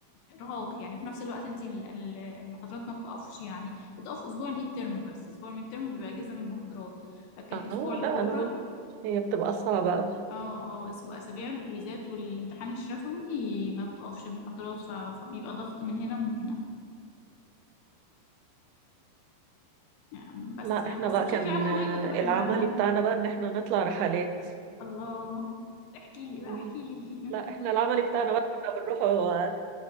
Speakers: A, on the left; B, on the right.
A: ارهاق يعني في نفس الوقت انت ال- ال- المحاضرات ما بتقفش يعني بتقف اسبوع الميد ترم بس اسبوع الميد ترم بيبقى اجازه من المحاضرات لكن
B: اه
A: اسبوع الاورال
B: لا انا هي بتبقى صعبة أوي
A: اه اه اسبوع اسابيع الكويزات والامتحان الشفوي ما بتقفش المحاضرات ف- فبيبقى ضغط من هنا ومن هنا يعني بس
B: لا
A: بس
B: احنا بقى
A: بشكل
B: كان
A: عام والله
B: آه،
A: كنت بحبها
B: العملي بتاعنا بقى ان احنا نطلع رحلات
A: الله احكي لي بقى
B: مم.
A: احكي لي <laughs>
B: لا احنا العملي بتاعنا بقى كنا بنروح هو